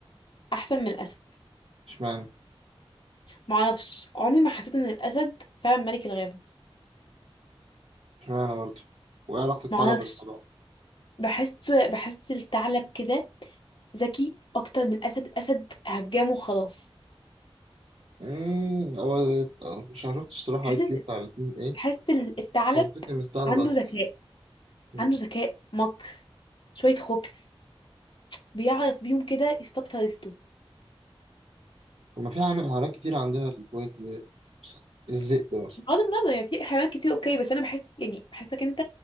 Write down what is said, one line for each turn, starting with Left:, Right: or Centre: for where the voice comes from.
Left: احسن من الاسد
Right: اشمعنى
Left: ما اعرفش عمري ما حسيت ان الاسد فعلا ملك الغابه
Right: اشمعنى برضه وايه علاقه الثعلب
Left: ما اعرفش
Right: بالموضوع
Left: بحس بحس الثعلب كده ذكي اكتر من الاسد الاسد هجامه خلاص
Right: امم هو مش انا شفتش الصراحه
Left: بحس
Right: اي كيو بتاع الاتنين ايه
Left: بحس الثعلب
Right: بس منطقي ان الثعلب
Left: عنده
Right: اسد
Left: ذكاء
Right: يعني مم.
Left: عنده ذكاء مكر شويه خبث بيعرف بيهم كده يصطاد فريسته
Right: طب ما في حيوان- حيوانات كتير عندها البوينت ديت مثلا الذئب مثلا
Left: بغض النظر يعني في حيوانات كتير اوكي بس انا بحس يعني بحسك انت